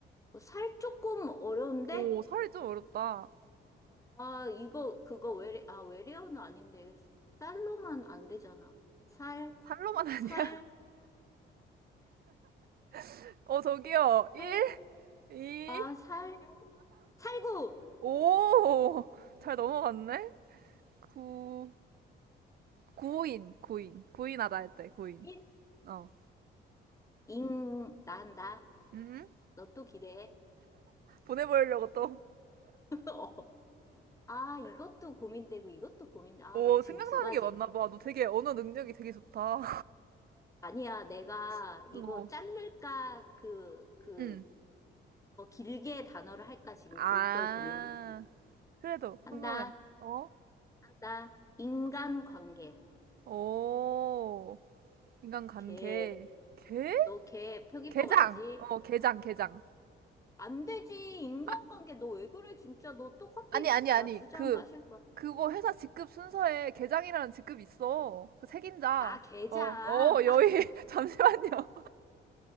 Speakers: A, on the left (about 15°); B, on the right (about 50°).
A: 어, 살 조금 어려운데?
B: 오, 살이 좀 어렵다.
A: 아, 이거, 그거 외래, 아, 외래어는 아닌데. 쌀로만 안 되잖아. 살,
B: 살로만 아니야?
A: 살,
B: <laughs> 어, 저기요. 1,
A: 살,
B: 2, 4,
A: 아, 살, 살구!
B: 오잘 넘어갔네? 구, 구인, 구인. 구인하다 했대, 구인.
A: 인,
B: 어.
A: 잉, 난다.
B: 음?
A: 너 또 기대해.
B: 보내보려고 또.
A: <laughs> 어. 아, 이것도 고민되고, 이것도 고민돼. 아,
B: 오,
A: 나 지금
B: 생각나는
A: 두 가지.
B: 게 많나 봐. 너 되게 언어 능력이 되게 좋다.
A: 아니야, 내가
B: <laughs>
A: 이거
B: 어.
A: 자를까, 그, 그,
B: 응.
A: 더 길게 단어를 할까, 지금
B: 아,
A: 그걸 고민한 거야.
B: 그래도
A: 한다,
B: 궁금해. 어?
A: 한다. 인간관계.
B: 오, 인간간
A: 걔,
B: 계 개?
A: 너 걔 표기법
B: 개장.
A: 알지?
B: 어, 개장, 개장.
A: 안 되지, 인간관계.
B: 아,
A: 너 왜 그래, 진짜. 너 또 커피,
B: 아니, 아니, 아니.
A: 나 두 잔
B: 그,
A: 마실 거야.
B: 그거 회사 직급 순서에 개장이라는 직급 있어. 그 책임자.
A: 아, 게장.
B: 어, 어, 여의. <laughs> 잠시만요.